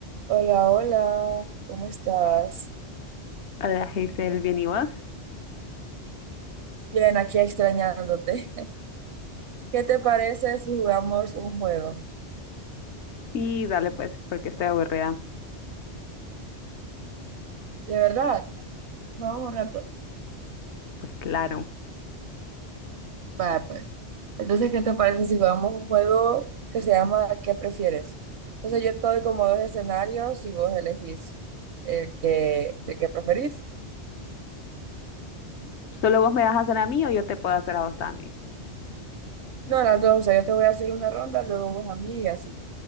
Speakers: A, on the right; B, on the left.
A: Hola, hola, ¿cómo estás?
B: Hola, Hazel, ¿bien y vos?
A: Bien, aquí extrañándote. <laughs> ¿Qué te parece si jugamos un juego?
B: Sí, dale pues, porque estoy aburrida.
A: De verdad, vamos un rato.
B: Pues claro.
A: Va, pues. Entonces, ¿qué te parece si jugamos un juego que se llama ¿Qué prefieres? Entonces, yo te doy como dos escenarios y vos elegís el que, el que preferís.
B: ¿Solo vos me vas a hacer a mí o yo te puedo hacer a vos también?
A: No, las dos, o sea, yo te voy a hacer una ronda, luego vos a mí y así.